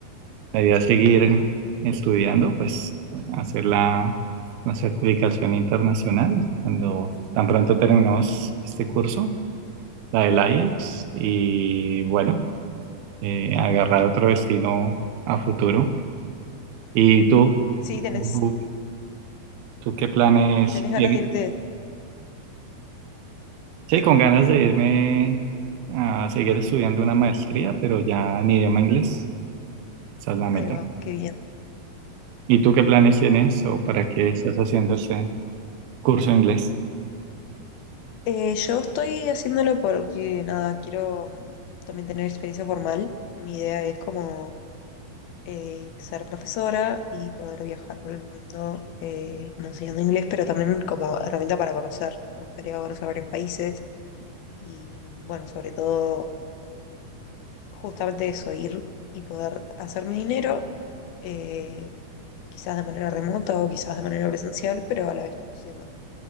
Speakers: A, on the right; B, on the left.
A: la idea es seguir estudiando, pues hacer la, la certificación internacional cuando tan pronto terminemos este curso, la del IELTS, y bueno, eh, agarrar otro destino a futuro. ¿Y tú?
B: Sí, tenés,
A: ¿Tú tú qué planes
B: tenés ganas
A: tienes?
B: de irte.
A: Sí, con ganas de irme a seguir estudiando una maestría, pero ya en idioma inglés. Esa es la meta.
B: Ahí va, qué bien.
A: ¿Y tú qué planes tienes o para qué estás haciendo este curso de inglés?
B: Eh, yo estoy haciéndolo porque, nada, quiero mm, también tener experiencia formal. Mi idea es como eh, ser profesora y poder viajar por el mundo eh, no enseñando inglés, pero también como herramienta para conocer. Me gustaría conocer varios países y, mm, bueno, sobre todo, justamente eso, ir y poder hacer mi dinero, eh, quizás de manera remota o quizás de manera presencial, pero a la vez conociendo.